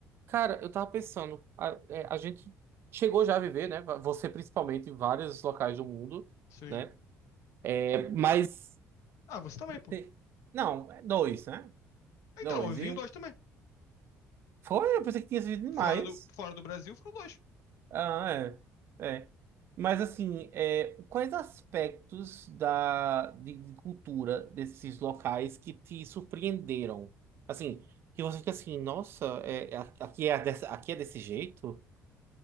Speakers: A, on the right (about 45°); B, on the left (about 75°).
A: Cara, eu tava pensando, a, é, a gente chegou já a viver, né? Você principalmente em vários locais do mundo,
B: Sim.
A: né? É, mas.
B: Ah, você também, pô.
A: te- Não, é dois, né?
B: Então,
A: Dois.
B: eu vim
A: E
B: em
A: um.
B: dois também.
A: Foi, eu pensei que tinha vivido demais.
B: Fora do, fora do Brasil, foram dois.
A: Ah, é. É. Mas assim, é, quais aspectos da, de, de cultura desses locais que te surpreenderam? Assim, que você fica assim, nossa, é, é- aqui é, dessa- aqui é desse jeito?